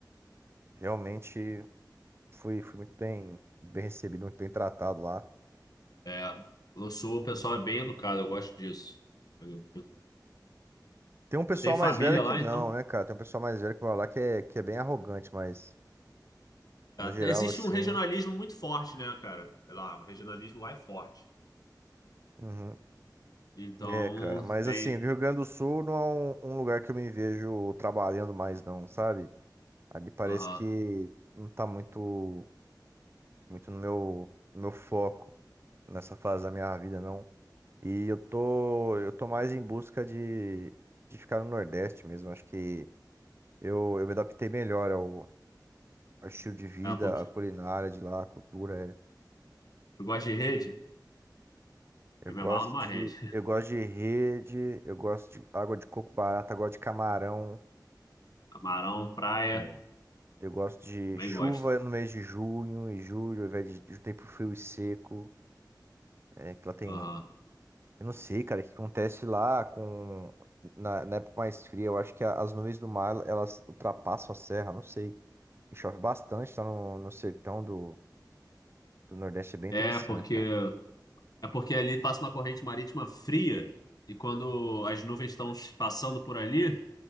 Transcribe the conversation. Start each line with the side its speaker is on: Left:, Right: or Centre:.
Right: realmente fui, fui muito bem, bem recebido, muito bem tratado lá.
Left: É, no Sul o pessoal é bem educado, eu gosto disso. Eu, eu-
Right: Tem um pessoal
Left: eu tenho família
Right: mais velho que
Left: lá,
Right: não,
Left: então.
Right: né, cara? Tem um pessoal mais velho que mora lá que é, que é bem arrogante, mas no geral,
Left: É, existe
Right: assim.
Left: um regionalismo muito forte, né, cara? Sei lá, o regionalismo lá é forte.
Right: uhum.
Left: Então,
Right: É, cara, mas
Left: tem,
Right: assim, o Rio Grande do Sul não é um, um lugar que eu me vejo trabalhando mais, não, sabe? Ali parece
Left: Aham.
Right: que não tá muito, muito no meu, no meu foco nessa fase da minha vida, não. E eu tô, eu tô mais em busca de, de ficar no Nordeste mesmo. Acho que eu, eu me adaptei melhor ao, ao estilo de vida,
Left: É uma cultu-
Right: à culinária de lá, à cultura. é.
Left: Tu gosta de rede?
Right: Eu
Left: Eu
Right: gosto
Left: me amarro numa
Right: de,
Left: rede.
Right: eu gosto de rede, eu gosto de água de coco barata, eu gosto de camarão.
Left: <laughs> Camarão, praia,
Right: é. Eu gosto de
Left: também
Right: chuva
Left: gosto.
Right: no mês de junho e julho, ao invés de, de tempo frio e seco. É, que lá tem.
Left: Aham.
Right: Eu não sei, cara, o que acontece lá com. Na, na época mais fria, eu acho que a- as nuvens do mar elas ultrapassam a serra, não sei. E chove bastante, tá no, no sertão do, do Nordeste, é bem interessante,
Left: É porque
Right: cara.
Left: é porque ali passa uma corrente marítima fria e quando as nuvens estão passando por ali,